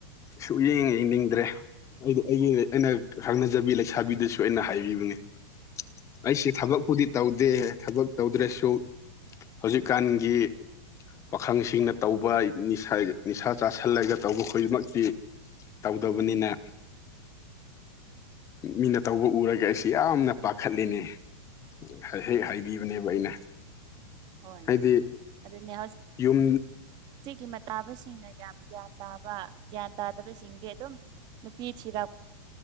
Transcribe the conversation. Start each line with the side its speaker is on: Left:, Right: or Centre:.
Left: ꯁꯨꯌꯦꯡ ꯏꯅꯤꯡꯗ꯭ꯔꯦ ꯑꯩꯗꯤ ꯑꯩꯒꯤ ꯑꯩꯅ ꯈꯪꯅꯖꯕꯤ ꯂꯩꯁꯥꯕꯤꯗꯁꯨ ꯑꯩꯅ ꯍꯥꯏꯕꯤꯕꯅꯦ ꯑꯩꯁꯤ ꯊꯕꯛꯄꯨꯗꯤ ꯇꯧꯗꯦ ꯊꯕꯛ ꯇꯧꯗ꯭ꯔꯁꯨ ꯍꯧꯖꯤꯛꯀꯥꯟꯒꯤ ꯄꯥꯈꯪꯁꯤꯡꯅ ꯇꯧꯕ ꯅꯤꯁ ꯅꯤꯁꯥ ꯆꯥꯥꯁꯜꯂꯒ ꯇꯧꯕ ꯈꯣꯏꯃꯛꯇꯤ ꯇꯧꯗꯕꯅꯤꯅ ꯃꯤꯅ ꯇꯧꯕ ꯎꯔꯒ ꯑꯩꯁꯤ ꯌꯥꯝꯅ ꯄꯥꯈꯠꯔꯦꯅꯦ ꯍꯦꯛ ꯍꯥꯏꯕꯤꯕꯅꯦꯕ ꯑꯩꯅ
Right: ꯍꯣꯏ
Left: ꯍꯥꯏꯗꯤ
Right: ꯑꯗꯨꯅꯦ
Left: ꯌꯨꯝ
Right: <unintelligible> ꯇꯥꯕꯁꯤꯡꯅ ꯌꯥꯝ ꯒ꯭ꯌꯥꯟ ꯇꯥꯕ ꯒ꯭ꯌꯥꯟ ꯇꯥꯗꯕꯁꯤꯡꯗꯤ ꯑꯗꯨꯝ ꯅꯨꯄꯤ ꯊꯤꯔꯥꯛ